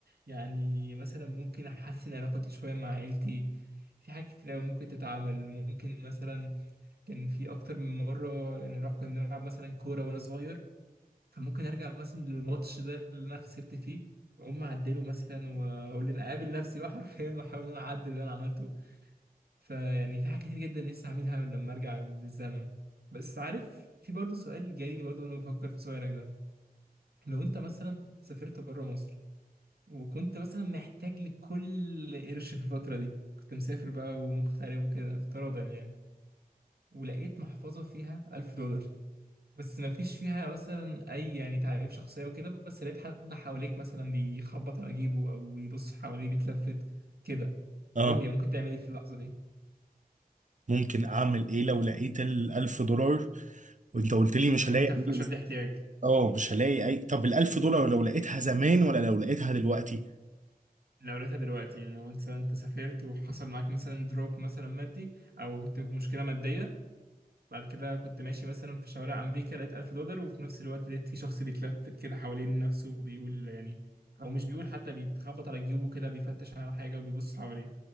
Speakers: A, on the right; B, on the right.
A: يعني مثلا ممكن احسن علاقتي شويه مع عيلتي في حاجات كتير قوي ممكن تتعمل ممكن مثلا كان في اكتر من مره نروح كنا بنلعب مثلا كوره وانا صغير فممكن ارجع مثلا للماتش ده اللي انا خسرت فيه واقوم اعدله مثلا واقول ان اقابل نفسي بقى <laughs> حرفيا واحاول ان انا اعدل اللي انا عملته فيعني في حاجات كتير جدا نفسي اعملها لما ارجع للزمن بس عارف في برضه سؤال جالي برضه وانا بفكر في سؤالك ده لو انت مثلا سافرت بره مصر وكنت مثلا محتاج لكل قرش في الفترة دي كنت مسافر بقى ومغترب وكده افتراضا يعني ولقيت محفظة فيها ألف دولار بس ما فيش فيها مثلا اي يعني تعريف شخصيه وكده بس لقيت حد حواليك مثلا بيخبط على جيبه او بيبص حواليه بيتلفت كده
B: اه
A: قول لي ممكن تعمل ايه في اللحظه دي
B: ممكن اعمل ايه لو لقيت الالف دولار وانت قلت لي مش هلاقي
A: وانت
B: اي
A: في اشد احتياج
B: اه مش هلاقي اي طب الالف دولار لو لقيتها زمان ولا لو لقيتها دلوقتي؟
A: لو لقيتها دلوقتي يعني لو انت انت سافرت وحصل معاك مثلا دروب مثلا مادي او كنت في مشكله ماديه بعد كده كنت ماشي مثلا في شوارع امريكا لقيت 1000 دولار وفي نفس الوقت لقيت في شخص بيتلفت كده حوالين نفسه وبيقول يعني او مش بيقول حتى بيتخبط على جيوبه كده بيفتش على حاجه وبيبص حواليه